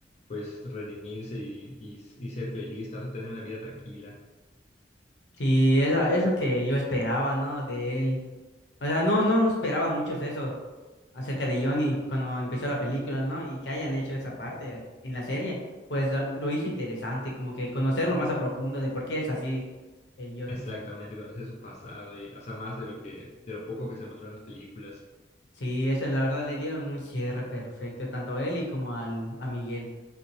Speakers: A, on the left (about 40°); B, on the left (about 80°).
A: pues redimirse y, y, y ser feliz, o sea, tener una vida tranquila.
B: Sí, es, a- es lo que yo esperaba, ¿no? De él. O sea, no, no, no esperaban muchos eso acerca de Johnny cuando empezó la película, ¿no? Y que hayan hecho esa parte ahí en la serie, pues lo, lo hizo interesante, como que conocerlo más a profundo de por qué es así, eh, Johnny.
A: Exactamente, conocer su pasado y, o sea, más de lo que, de lo poco que se mostró en las películas.
B: Sí, eso la verdad le dieron un cierre perfecto, tanto a él y como al, a Miguel.